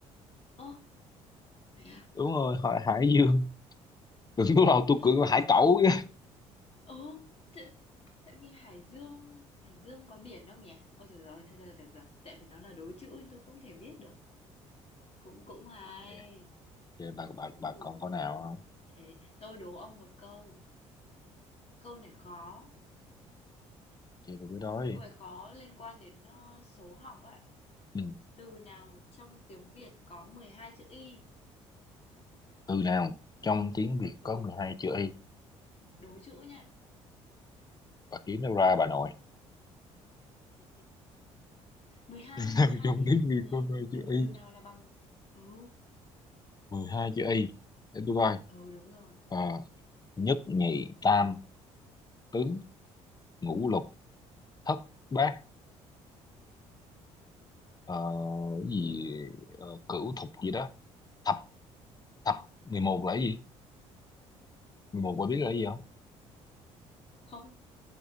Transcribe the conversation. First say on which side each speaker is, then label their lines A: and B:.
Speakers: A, on the left (about 45°); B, on the left (about 25°).
A: Ơ, thế à?
B: đúng rồi hỏi hải dương đừng có đâu
A: Thế
B: tôi
A: là
B: cưỡng
A: đối
B: là hải
A: chứ
B: cẩu chứ
A: Ồ, t- tại vì Hải Dương, Hải Dương có biển không nhỉ? Ôi trời ơi, thôi thôi được rồi, tại vì nó là đối chữ nên tôi không thể biết được. Cũng cũng hay,
B: ok vậy bà bà
A: cũng
B: bà
A: được.
B: còn câu nào không
A: Thế tôi đố ông một câu. Câu này khó,
B: chơi tôi cứ đói
A: câu này khó liên quan đến ờ, số học ấy.
B: ừ.
A: Từ nào trong tiếng Việt có 12 chữ y?
B: từ nào trong tiếng Việt
A: Ừ,
B: có mười hai chữ y
A: đố chữ nha.
B: bà kiếm đâu ra bà nội
A: mười hai
B: <laughs>
A: mười
B: nào
A: hai
B: trong
A: thì
B: tiếng
A: là gì?
B: Việt có 12 chữ
A: Từ
B: y
A: từ nào là bằng Ừ,
B: Mười hai chữ y để tôi coi
A: ừ đúng rồi.
B: Ờ, nhất nhì tam tứ ngũ lục thất bát ờ, cái gì ờ, cửu thục gì đó thập thập mười một là cái gì 11 bà biết
A: Thế-
B: là cái gì không
A: Không.